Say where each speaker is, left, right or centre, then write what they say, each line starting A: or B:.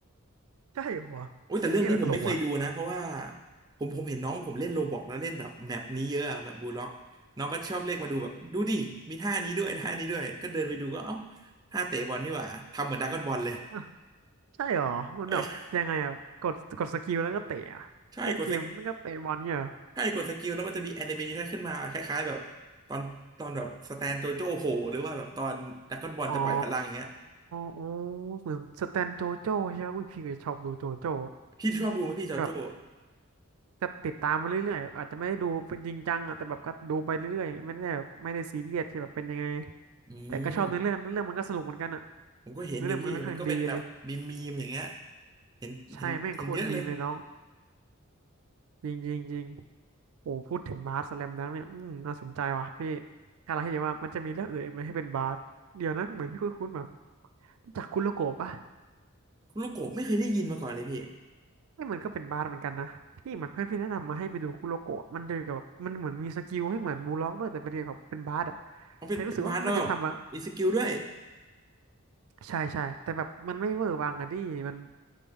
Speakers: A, on the right; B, on the right.
A: ใช่เหรอ
B: โอ้ยแต่เรื่องนี้ผมไม่เคยดูนะเพราะว่า
A: เที่ยตลกว่ะ
B: ผมผมเห็นน้องผมเล่นโรบอกแล้วเล่นแบบแมปนี้เยอะอะแบบบูล็อกน้องก็ชอบเรียกมาดูแบบดูดิมีท่านี้ด้วยท่านี้ด้วยก็เดินไปดูก็เอ้าท่าเตะบอลนี่หว่าทำเหมือนดราก้อนบอลเลย
A: อ่ะใช่เหรอ มันแบบยังไงอ่ะ
B: เออ
A: กดกดสกิลแล้วก็เตะอะเล่นเกมแล้วก็เตะบอลเนี่ยเหรอ
B: ใช่กดสกิลใช่กดสกิลแล้วมันจะมีแอนิเมชันขึ้นมาคล้ายๆแบบตอนตอนแบบสแตนโจโจ้โผล่หรือว่าแบบตอนดราก้อนบอลจะปล่อยพลังอย่างเงี้ย
A: อ๋อโอ้เหมือนสแตนโจโจ้ใช่ไหมอุ้ยพี่ก็ชอบดูโจโจ้
B: พี่ชอบดูไหมพี่จอโจ้
A: ก็แบบจะติดตามมาเรื่อยๆอาจจะไม่ได้ดูเป็นจริงจังอ่ะ แต่แบบก็ดูไปเรื่อยๆอย่างเงี้ยไม่ได้แบบไม่ได้ซีเรียสที่แบบเป็นยังไง
B: อืม
A: แต่ก็ชอบเนื้อเรื่องเนื้อเรื่องมันก็สนุกเหมือนกันอะ
B: ผมก็เห็นอยู่พี่มันก็เป็นแบบมีมีมอย่างเงี้ย
A: เนื้อเรื่องมันค่อนข้างดีเลย
B: เห็นเห็นเห็นเยอะเลย
A: ใช่แม่งโคตรมีมเลยน้องจริงจริงจริงโอ้พูดถึงบาสสแลมดังเนี่ยอืมน่าสนใจว่ะพี่ถ้าเราให้ดีว่ามันจะมีเรื่องอื่นอีกไหมให้เป็นบาสเดี๋ยวนะเหมือนพี่คุ้นๆแบบรู้จากคุโรโกะปะ
B: ลูกโกะไม่เคยได้ยินมาก่อนเลยพี่
A: นี่มันก็เป็นบาสเหมือนกันนะพี่เหมือนเพื่อนพี่แนะนำมาให้ไปดูคุโรโกะมันเดินกับแบบมันเหมือนมีสกิลให้เหมือนบูลล็อกด้วยแต่เป็นเกี่ยวกับเป็นบาสอะ
B: เขาเป็นเป็นบาสแล้วแบบมีสกิลด้วย
A: แต่รู้สึกว่ามันจะทำอะใช่ใช่แต่แบบมันไม่เวอร์วังอะดิมัน